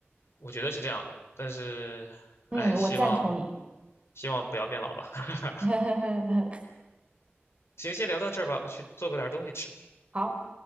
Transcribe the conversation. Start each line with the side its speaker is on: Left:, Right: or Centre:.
Left: 我觉得是这样的，但是，
Right: 嗯，
Left: 哎，希望
Right: 我赞同你。
Left: 希望不要变老吧。<laughs>
Right: <laughs> 呵呵呵呵，
Left: 行，先聊到这儿吧，我去做个点儿东西吃。
Right: 好。